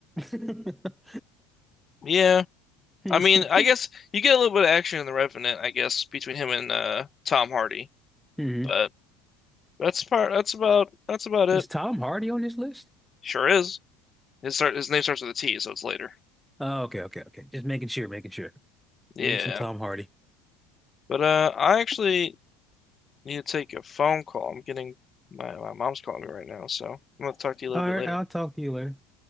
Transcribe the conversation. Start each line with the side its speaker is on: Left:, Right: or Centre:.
Centre: <laughs>
Left: Yeah.
Centre: hmm
Left: I mean, I guess you get a little bit of action in The Revenant, I guess, between him and uh, Tom Hardy.
Centre: Hmm.
Left: But that's part that's about that's about it.
Centre: Is Tom Hardy on this list?
Left: Sure is. His start his name starts with a T, so it's later.
Centre: Oh, okay, okay, okay. Just making sure, making sure.
Left: Yeah.
Centre: Need some Tom Hardy.
Left: But uh I actually need to take a phone call. I'm getting my, my mom's calling me right now, so I'm gonna talk to you a little
Centre: All
Left: bit
Centre: right,
Left: later.
Centre: I'll talk to you later.